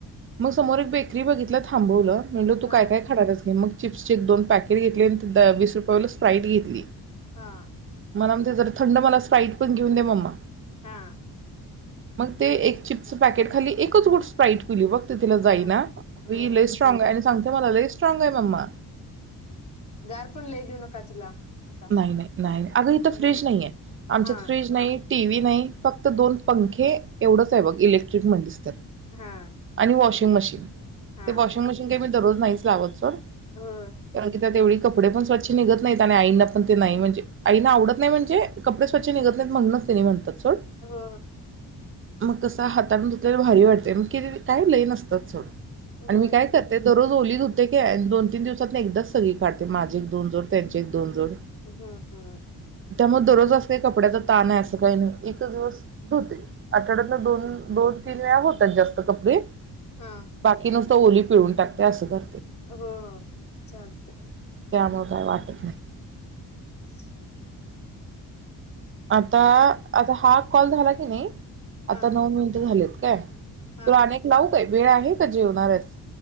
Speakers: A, on the right; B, on the left.
A: म समोर एक बेकरी बघि तिला थांबवलं. म्हणलो तू
B: हा
A: काय काय खाणारस घे मग चिप्सचे दोन पॅकेट घेतली आणि ते द वीस रुपय वाला स्प्राईट घेतली.
B: हा!
A: मला म्हणतंय जरा थंड मला स्प्राईट पण घेऊन दे मम्मा.
B: हा
A: ते एक चिप स पॅकेट खाली एकच गुट स्प्राईट. पिली बग ते तिला
B: हा
A: जाईना.
B: होय
A: वी लय स्ट्राँग आहे आणि सांग ते म्हणायलय लय स्ट्रॉंग आहे मम्मा
B: गार पण लई देेऊ नका तिला आता
A: नाही नाही नाही नाही अग इथ
B: हो
A: फ्रीज नाही आहे आमच्यात
B: हा
A: फ्रीज नाही टी व्ही नाही फक्त दोन पंखे एवढंच आहे बघ इलेक्ट्रिक म्हणलीस
B: हा
A: आणि मशीन
B: हा
A: ते वॉशिंग मशीन काही मी दररोज नाहीच लावत सोड
B: होय
A: कारण की त्यात एवढी कपडे पण स्वच्छ निघत नाहीत आणि आईंना पण ते नाही म्हणजे आईना आवडत नाही म्हणजे कपडे स्वच्छ निघत नाहीत म्हणूनच तेनी म्हणतात. सोड
B: होय
A: मग कसं हातने धुतलेला भारी वाटयतेय मग काय लय नसतात सोड.
B: होय
A: आणि मी काय
B: होय
A: करते दोन रोज आली धूते काय आणि दोन तीन दिवसात एकदाच सगळी काढते माझी एक दोन जोड त्यांचे एक दोन जोड.
B: हम्
A: त्यामुळे दररोज असं काही कपड्यांचा ताण आहे असं काही नाही एकच दिवस धुते आठवड्यातन दोन दोन तीन वेळा होतात जास्त कपडे
B: हा
A: बाकी नु ओली पिळून टाकते असं कर
B: हो चालतय.
A: त्यामुळे काय वाटत नाही
B: <inaudible>
A: आता आता हा कॉल झाला की नी आता
B: हा
A: नऊ मिनिटं झालेत. काय? लूला
B: हा
A: आनेक लावू काय? वेळ आहे का जेवणार आहेस?